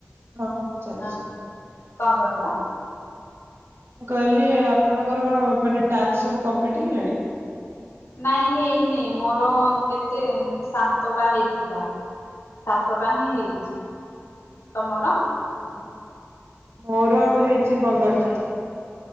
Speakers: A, on the right; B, on the left.
A: ହଁ ହଁ ଚାଲିଛି।
B: ଆଁ କଣ କହିଲ?
A: ମୁଁ କହିଲି ଆପଣଙ୍କର କଣ ମାନେ ଟାସ୍କ ସବୁ କଂପ୍ଲିଟ୍ ହେଇଗଲାଣି।
B: ନାଇଁ ହେଇନି ମୋର କେତେ ସାତଟା ହେଇଥିଲା ସାତ ପାଁ ହେଇଛି। ତମର?
A: ଓହୋ ମୋର ହେଇଛି ପନ୍ଦରଟା।